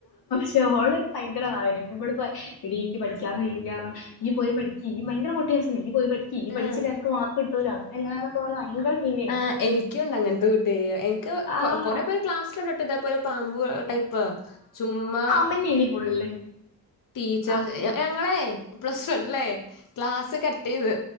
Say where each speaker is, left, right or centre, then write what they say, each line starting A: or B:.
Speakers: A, on the left; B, on the left.
A: റ്റോള് ഭയങ്കര വായന ഇമ്മളിപ്പോ എടീക്ക് പഠിക്കാൻ കഴിയില്ലന്നർഞ്ഞാ ഇയ് പോയി പഠിക്ക് ഈ ഭയങ്കര മോട്ടിവേഷനാ ഇയ്യ് പോയി പഠിക്ക് ഇയ്യ്
B: ആഹ്
A: പഠിചില്ലേൽ എനക്ക് മാർക്ക് കിട്ടൂലോ അങ്ങന എങ്ങന ഭയങ്കര സീനേനി
B: ആഹ് എനിക്കുണ്ട് അങ്ങനത്തെ കൂട്ടുകാരി എനിക്ക്
A: ആഹ്
B: കൊറെ പേർ ക്ലാസ്സിലുണ്ടട്ടോ ഇതേപോലെ പാമ്പു ടൈപ്പ് ചുമ്മാ
A: പഠിപ്പെന്നെനി ഫുള്ള്
B: ടീച്ചേഴസ്
A: ആഹ്
B: ഞങ്ങളെ പ്ലസ് വൺലേ ക്ലാസ് കട്ടയ്ത്